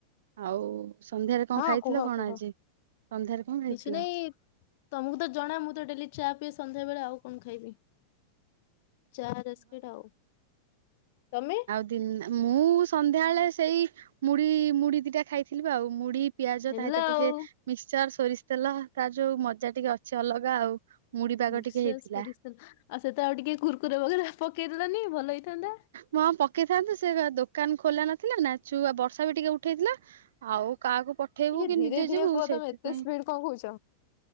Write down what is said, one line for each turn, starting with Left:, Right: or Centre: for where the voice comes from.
Right: ଆଉ ସନ୍ଧ୍ୟାରେ କଣ
Left: ହଁ
Right: ଖାଇଥିଲ
Left: କୁହ
Right: କଣ
Left: କୁହ
Right: ଆଜି ସନ୍ଧ୍ୟାରେ କଣ ଖାଇଥିଲ?
Left: କିଛି ନାଇଁ ତମକୁ ତ ଜଣା ମୁଁ ତ ଡେଲି ଚା ପିଏ ସନ୍ଧ୍ୟାବେେଳେ ଆଉ କଣ ଖାଇବି। ଚା ବିସ୍କିଟ ଆଉ ତମେ
Right: ଦିନ୍ ମୁଁ ସନ୍ଧ୍ୟାବେଳେ ସେଇ ମୁଢି ମୁଢି ଦିଟା ଖାଇଥିଲି ବି ଆଉ ମୁଢ଼ି ପିଆଜ
Left: ହେଲା
Right: ତା ସହିତ ଟିକେ
Left: ଆଉ
Right: ମିକ୍ସଚର ସୋରିଷ ତେଲ ତାର ଯୋଉ ମଜା ଟିକେ ଅଛି ଅଲଗା ଆଉ ମୁଢି ପାଗ
Left: ମିକ୍ସଚର
Right: ଟିକେ ହେଇଥିଲା
Left: ସୋରିଷ ତେଲ ଆଉ ସହିତ ଆଉ ଟିକେ କୁର୍କୁରା ବଗେରା ପକେଇଦେଲନି ଭଲ ହେଇଥାନ୍ତା।
Right: ହଁ ପକେଇଥାନ୍ତୁ ସେ ଦୋକାନ ଖୋଲା ନଥିଲା ନା ଛୁଆ ବର୍ଷା ବି ଟିକେ ଉଠେଇଥିଲା। ଆଉ କାହାକୁ ପଠେଇବୁ
Left: ଟିକେ
Right: କି
Left: ଧୀରେ
Right: ନିଜେ
Left: ଧୀରେ
Right: ଯିବୁ
Left: କୁହ
Right: ସେଇଥିପାଇଁ
Left: ତମେ ଏତେ ସ୍ପିଡ କଣ କହୁଛ